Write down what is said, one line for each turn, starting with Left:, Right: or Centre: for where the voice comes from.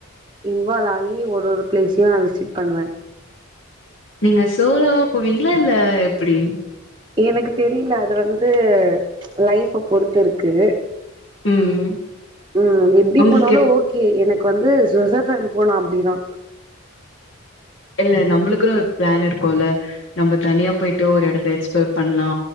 Right: இன்வால்வ் ஆகி ஒரு ஒரு பிளேஸையு நா விசிட் பண்ணுவே
Left: நீங்க சோலோவா போவீங்களா இல்ல எப்டி
Right: எனக்கு தெரில அது வந்து லைஃப பொறுத்து இருக்கு
Left: ம்.
Right: ம் எப்டி
Left: உங்களுக்கு
Right: போனாலு
Left: எப்
Right: ஓகே எனக்கு வந்து சுவிட்சர்லாண்ட் போனு அப்டிதா
Left: இல்ல நம்மளுக்குன்னு ஒரு பிளான் இருக்குல நம்ம தனியா போயிட்டு ஒரு எடத்த எக்ஸ்ப்ளோர் பண்ணலா